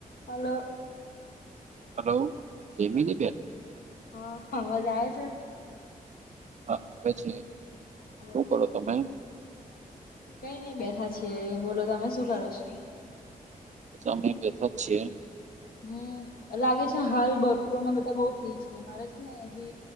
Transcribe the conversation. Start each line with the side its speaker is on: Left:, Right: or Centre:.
Left: હલો.
Right: હલો જમીની બેન.
Left: હા અવાજ આવે છે.
Right: હા આવે છે.
Left: અ
Right: શું કરો તમે
Left: કઈ નઈ બેઠા છીએ બોલો તમે શું કરો છો?
Right: અમે બેઠા જ છીએ.
Left: હમ્મ, લાગે છે હાલ <unintelligible> માં બધા બઉ ફ્રી છે મારે છે ને જે